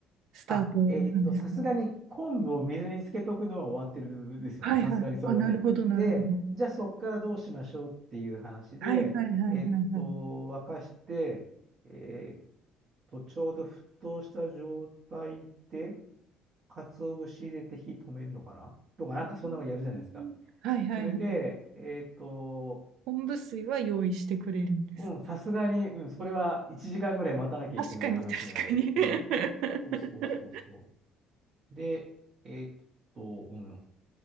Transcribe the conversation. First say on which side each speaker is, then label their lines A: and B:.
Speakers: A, on the right; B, on the right.
A: スタートなんですか。
B: あ、えーっと、さすがに昆布を水につけとくのは終わってるですよね。
A: はいはい。
B: さすがにそれはね。
A: あ、なるほど、なるほど。
B: で、じゃあそこからどうしましょうっていう話で、
A: はいはいはいはいはい。
B: えーっと、沸かして、えーっと、ちょうど沸騰した状態で、鰹節入れて火止めるのかなとか、なんかそんなのやるじゃないですか。
A: うんはいはいはい。
B: それで、えーっと、
A: 昆布水は用意してくれるんです。
B: うん、さすがに、うん、それは1時間ぐらい待たなきゃいけない話なので、
A: 確かに、確かに。
B: ね。
A: <laughs>
B: そうそうそうそう。で、えーっと、うん。